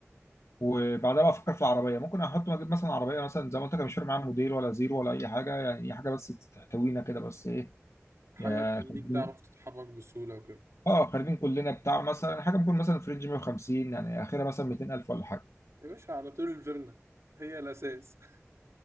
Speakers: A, on the left (about 75°); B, on the right (about 70°).
A: وبعدها بقى افكر في العربيه ممكن احط اجيب مثلا عربيه مثلا زي ما قلت لك مش فارق معايا موديل ولا زيرو ولا اي حاجه يعني اي حاجه بس تحتوينا كده بس ايه
B: حاجه
A: يا
B: تخليك
A: خارجين
B: تعرف تتحرك بسهوله وكده
A: اه خارجين كلنا بتاع مثلا حاجه ممكن مثلا في رينج 150 يعني اخرها مثلا 200000 ولا حاجه
B: يا باشا على طول الفيرنا هي الاساس <laughs>